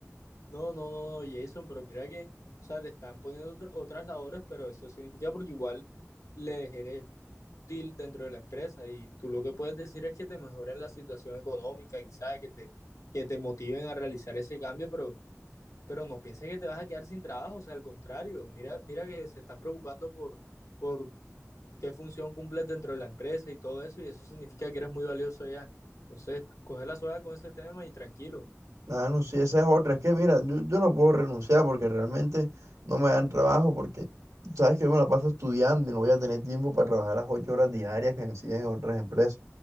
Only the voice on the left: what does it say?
No, no, no, no, Jason, pero mira que, o sea, te están poniendo otra- otras labores, pero eso significa porque igual le ejerces útil dentro de la empresa y tú lo que puedes decir es que te mejoren la situación económica, quizás que te, que te motiven a realizar ese cambio, pero, pero no pienses que te vas a quedar sin trabajo, o sea, al contrario, mira, mira que se están preocupando por, por qué función cumples dentro de la empresa y todo eso, y eso significa que eres muy valioso ya. Entonces, coge la suave con ese tema y tranquilo.